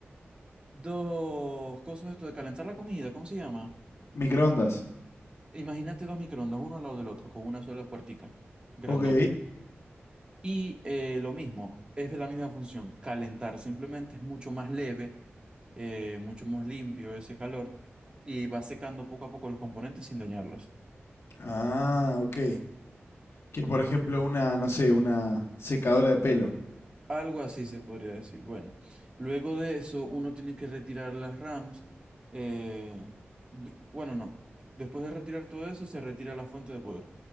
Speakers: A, on the right; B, on the left.
A: dos cosas esto de calentar la comida, ¿cómo se llama?
B: Microondas,
A: Imagínate dos microondas, uno al lado del otro, con una sola puertica, grandote.
B: ok.
A: Y eh, lo mismo, es de la misma función, calentar, simplemente es mucho más leve, eh, mucho más limpio ese calor y va secando poco a poco los componentes sin dañarlos.
B: Ah, ok. Que por ejemplo
A: Ok.
B: una, no sé, una secadora de pelo.
A: Algo así se podría decir. Bueno, luego de eso, uno tiene que retirar las RAMs. eh, d- bueno, no. Después de retirar todo eso, se retira la fuente de poder.